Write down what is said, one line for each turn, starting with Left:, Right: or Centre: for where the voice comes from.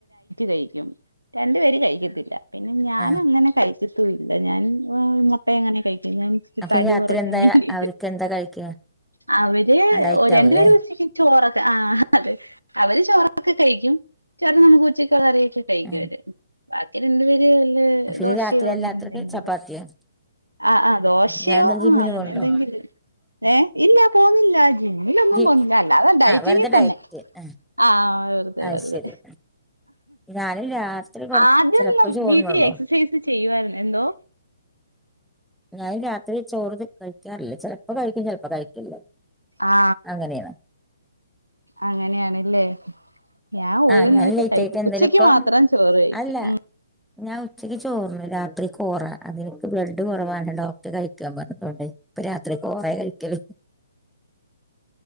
Right: കഴിക്കും രണ്ട് പേര് കയിക്കും പിന്നെ ഞാൻ
Centre: ആഹ്
Right: അങ്ങനെ കഴിച്ച കത്തും ഇല്ല ഞാൻ മുട്ട എങ്ങനെ കഴിക്കും ഞാൻ
Centre: അപ്പൊ
Right: തടി
Centre: ഈ രാത്രി
Right: കുറയ്ക്കാൻ
Centre: എന്താ
Right: വേണ്ടി
Centre: അവർക്ക് എന്താ കഴിക്കുക
Right: അവര്
Centre: ആ ഡയറ്റ്
Right: രണ്ടുപേര്
Centre: ആവൂലേ
Right: ഉച്ചക്ക്‌ ചോറൊക്കെ ആ അതെ അവര് ചോറൊക്കെ കഴിക്കും ചേറുത് നമുക്ക് ഉച്ചക്ക് ഉള്ള കറി കഴിക്കും
Centre: ആഹ്
Right: അവര് ബാക്കി രണ്ട് പേര് ഇല്ല
Centre: പിന്നെ
Right: ദോശയോ
Centre: രാത്രി എല്ലാത്തർക്ക്
Right: അങ്ങനെ എന്തെങ്കിലും
Centre: ചപ്പാത്തിയോ
Right: ആ ആ ദോശയോ
Centre: ഇയാളെന്താ ജിമ്മിന്
Right: ആ അങ്ങനെ
Centre: പോണുണ്ടോ
Right: എന്തെങ്കിലും ഏ ഇല്ല പോന്നില്ല ജിമ്മിലൊന്നുംപോകുന്നില്ല
Centre: ജി
Right: അല്ലാതെ ഡയറ്റിങ്ങിൽ
Centre: ആഹ് വെറുതെ
Right: തന്നെ
Centre: ഡയറ്റ് ആഹ്
Right: ആ വെറുതെ
Centre: അത്
Right: വെറുതെ
Centre: ശരി ഞാനും രാത്രി കൊറ
Right: ആദ്യമൊന്നും
Centre: ചിലപ്പോ ചോറുണ്ണുള്ളൂ
Right: വീട്ടിൽ എക്സസൈസ് ചെയ്യുവായിരുന്നു എന്തോ
Centre: ഞാൻ രാത്രി ചോറ് കഴിക്കാറില്ലേ ചിലപ്പോ കഴിക്കും ചിലപ്പോ കഴിക്കില്ല
Right: ആ
Centre: അങ്ങനെയാണ്
Right: അങ്ങനെയാണല്ലേ ഞാൻ ഒരു
Centre: ആഹ് ഞാൻ
Right: നേരം
Centre: ലേറ്റ്
Right: കഴിക്കും
Centre: ആയിട്ട് എന്തേലും
Right: ഉച്ചയ്ക്ക്
Centre: ഇപ്പൊ
Right: മാത്രം ചോറ് കഴിക്കും
Centre: അല്ല
Right: ഉ
Centre: ഞാൻ ഉച്ചയ്ക്ക് ചോറുണ്ണും രാത്രി കോറ അതെനിക്ക് ബ്ലഡ്‌ കുറവാണ് ഡോക്ടർ കഴിക്കാൻ പറഞ്ഞട്ടുണ്ട് ഇപ്പൊ രാത്രി കോറേ കഴിക്കല്